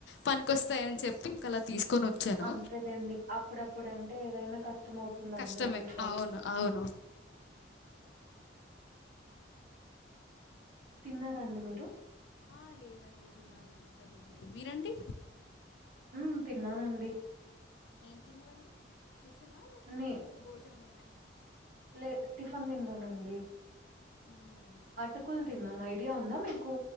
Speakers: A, on the left; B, on the right.
A: పనికిస్తాయ అని చెప్పి ఇంకా అలా తీసుకొని ఉంచాను
B: అంతే లెండి అప్పుడప్పుడు అంటే ఏదైనా కష్టం అవుతుంది
A: కష్టమే
B: అన్ని ఒకేసారి
A: అవును అవును
B: తిన్నారండి మీరు
A: ఆ లేదండి తినాలి ఇంకా తినలేదు మీరండి
B: హ్మ్ తిన్నానండి
A: ఏం తిన్నారండి టిఫినా లేకపోతే
B: నే
A: భోజనమేనా
B: లే టిఫిన్ తిన్నానండి
A: హ్మ్
B: అటుకులు తిన్నాను ఐడియా ఉందా మీకు